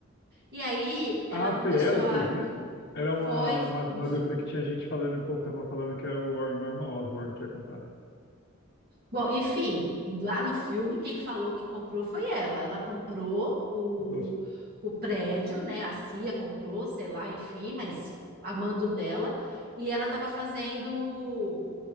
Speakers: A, on the right; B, on the left.
A: E aí, ela
B: ah,
A: começou
B: foi ela
A: a,
B: que fez isso? Era uma,
A: foi, fo-
B: uma, uma
A: no,
B: dúvida que tinha gente falando, o povo tava falando que era o Or- Norman Osborn que ia comprar.
A: Bom, enfim, lá no filme, quem falou que comprou foi ela. Ela comprou o,
B: Então,
A: o prédio, né? A CIA comprou, sei lá, enfim, mas a mando dela. E ela estava fazendo.